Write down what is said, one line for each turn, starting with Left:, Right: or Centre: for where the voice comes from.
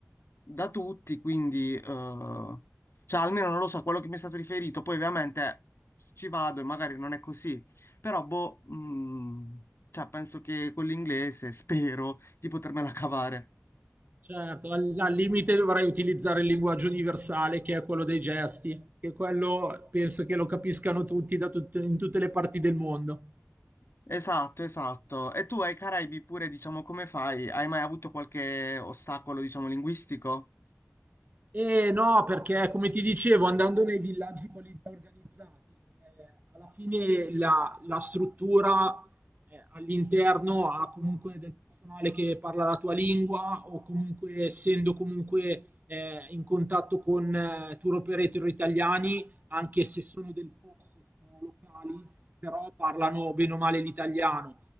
Left: da tutti, quindi... eh, cioè, almeno non lo so, quello che mi è stato riferito. Poi, ovviamente ci vado e magari non è così, però boh, mm, cioè penso che con l'inglese <laughs> spero di potermela cavare.
Right: Certo, al, al limite dovrei utilizzare il linguaggio universale, che è quello dei gesti, che quello penso che lo capiscano tutti da tutte- in tutte le parti del mondo.
Left: Esatto, esatto. E tu ai Caraibi pure, diciamo, come fai? Hai mai avuto qualche ostacolo, diciamo, linguistico?
Right: Eh no, perché come ti dicevo, andando nei villaggi quelli già organizzati, eh, alla fine la, la struttura eh, all'interno ha comunque del personale che parla la tua lingua o comunque essendo comunque eh, in contatto con eh, tour operator italiani, anche se sono del posto, sono locali, però parlano bene o male l'italiano.